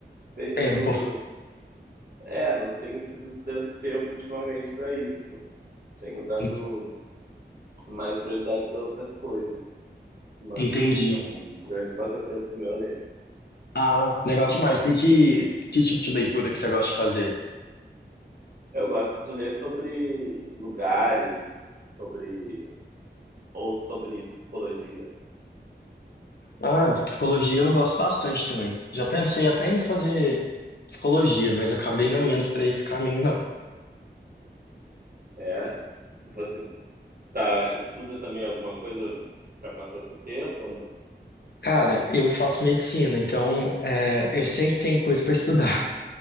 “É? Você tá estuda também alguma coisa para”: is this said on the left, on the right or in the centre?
Right